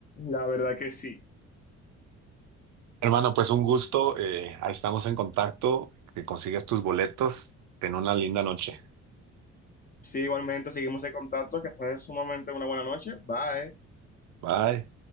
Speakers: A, on the left; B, on the right.
A: La verdad que sí.
B: Hermano, pues un gusto, eh, ahí estamos en contacto, que consigas tus boletos, ten una linda noche.
A: Sí, igualmente seguimos en contacto, que fue sumamente una buena noche. Bye.
B: Bye.